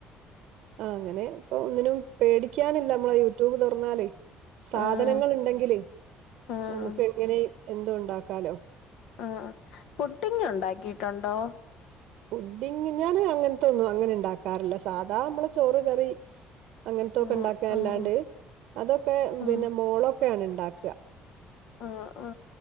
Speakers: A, on the right; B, on the left.
A: അങ്ങനെ പ്പൊ ഒന്നിനും പേടിക്കാനില്ല മ്മളെ യൂട്യൂബ് തുറന്നാല് സാധനങ്ങള്ണ്ടെങ്കില്
B: ഉം ഉം
A: നമുക്ക് എങ്ങനെയും എന്തും ണ്ടാക്കാലോ.
B: ആ പുട്ടിങ്ങ് ഉണ്ടാക്കിട്ടുണ്ടോ?
A: പുഡിങ് ഞാൻ അങ്ങനത്തൊന്നും അങ്ങനെ ണ്ടാക്കാറില്ല. സാധാ മ്മളെ ചോറ്കറി അങ്ങൻത്തൊക്കെ
B: ഉം
A: ണ്ടാക്ക അല്ലാണ്ട്
B: ഉം
A: അതൊക്കെ
B: ഉം
A: പിന്നെ മോളൊക്കെയാണ് ണ്ടാക്ക.
B: ആ ആ